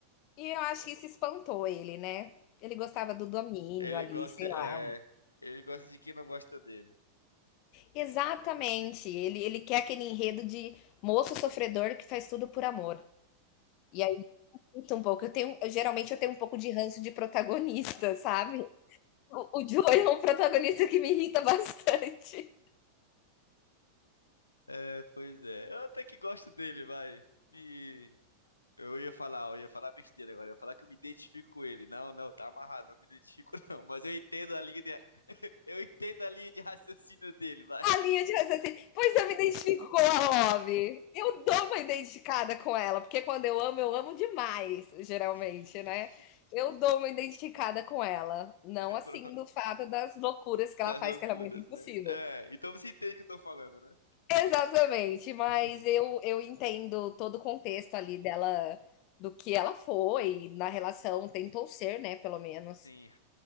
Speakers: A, on the left (about 40°); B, on the left (about 80°).
A: E eu acho que isso espantou ele, né? Ele gostava do domínio
B: Ele
A: ali,
B: gosta,
A: sei
B: é...
A: lá.
B: Ele gosta de quem não gosta dele.
A: Exatamente. Ele, ele quer aquele enredo de moço sofredor que faz tudo por amor. E aí, sinto um pouco. Eu tenho, eu- geralmente eu tenho um pouco de ranço de protagonista, <laughs> sabe? O, o Joey é um protagonista que me irrita bastante.
B: É, pois é. Eu até que gosto dele, vai. Me... Eu ia falar, eu ia falar besteira agora. Eu ia falar que eu me identifico com ele. Não, não, tá amarrado, não me identifico <laughs> não. Mas eu entendo a linha, de... Eu entendo a linha de raciocínio dele, vai.
A: A linha de raciocínio. Pois eu me identifico com a Love. Eu dou uma identificada com ela, porque quando eu amo, eu amo demais, geralmente,
B: <laughs>
A: né? Eu dou uma identificada com ela. Não assim
B: Pronto.
A: do fato das loucuras que ela
B: As
A: faz,
B: loucuras,
A: que ela é muito impossível.
B: né? É, então você entende o que eu tô falando, né?
A: Exatamente, mas
B: <laughs>
A: eu, eu entendo todo o contexto ali dela, do que ela foi, na relação, tentou ser, né, pelo menos.
B: Sim.